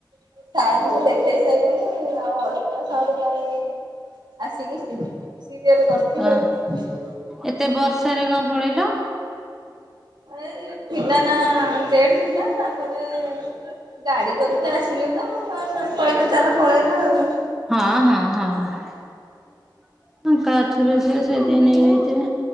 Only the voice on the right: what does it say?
ମୁଁ ସାରଙ୍କୁ ଦେଖେଇ ସାରିଲୁଣି ଆଉ ଅଲଟ୍ରାସାଉଣ୍ଡ ପାଇଁ ଆସିକି ଆସିବୁ ସିରୀୟଲ କରିଚୁ
ଆଉ
ଏଇ ଥିଲାନା ଡେଟ ଥିଲା ତାପରେ ଗାଡି କରିକି ଆସିଲୁ ତ କହିଲେ ଚାଲ ପଳେଇବା ଆଉ